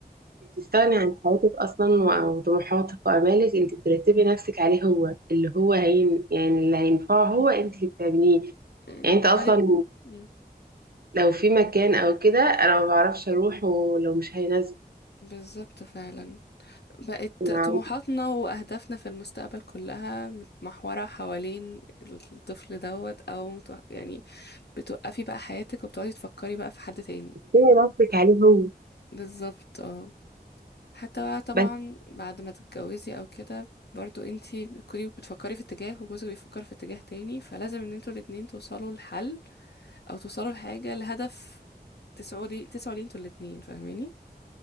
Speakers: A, on the right; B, on the left.
A: أنت بتستغني عن حياتك أصلا وعن طموحاتك وآمالك
B: مم.
A: أنت بترتبي نفسك عليه هو اللي هو هين يعني اللي هينفعه هو أنت اللي بتعمليه
B: مم.
A: يعني أنت أصلا
B: تقعدي بقى مم.
A: لو في مكان أو كده أنا ما بعرفش أروح ولو مش هيناسبك
B: بالظبط فعلا بقت
A: مع
B: طموحاتنا وأهدافنا في المستقبل كلها متمحورة حوالين الطفل دوت أو متو... يعني بتوقفي بقى حياتك وبتقعدي تفكري بقى في حد تاني
A: بترتبي نفسك عليه هو
B: بالظبط اه حتى بقى طبعا
A: بس
B: بعد ما تتجوزي أو كده برضو انتي بتكوني بتفكري في اتجاه وجوزك بيفكر في اتجاه تاني فلازم ان انتوا الاتنين توصلوا لحل أو توصلوا لحاجة لهدف تسعوا لي تسعوا ليه انتوا الاتنين فاهماني؟